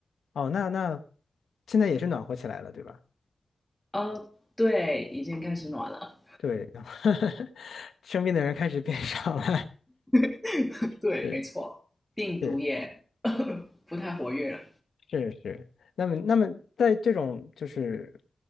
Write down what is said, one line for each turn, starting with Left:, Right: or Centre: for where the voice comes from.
Left: 哦，那那现在也是暖和起来了，对吧？
Centre: 哦，对，已经开始暖了。
Left: 对，然后 <laughs> 生病的人开始变少了。
Centre: <laughs>
Left: <laughs>
Centre: 对，
Left: 对
Centre: 没错，病毒也
Left: 对。
Centre: <laughs> 不太活跃了。
Left: 是是，那么那么在这种就是，